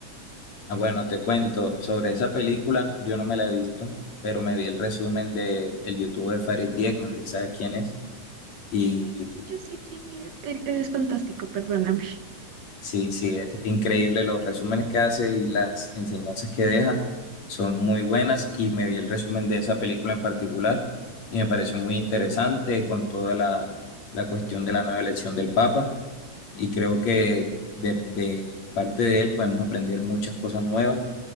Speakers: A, on the left; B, on the right.
A: Ah, bueno, te cuento sobre esa película. Yo no me la he visto, pero me vi el resumen de el youtuber Farid Dieck, no sé si sabes quién es. Y,
B: Ay, sí,
A: y
B: yo sé quién es. Él él es fantástico, perdóname. Sí,
A: sí, sí, es increíble los resúmenes que hace y las enseñanzas que deja son muy buenas. Y me vi el resumen de esa película en particular y me pareció muy interesante con toda la, la cuestión de la nueva elección del Papa. y creo que de, de parte de él podemos aprender muchas cosas nuevas.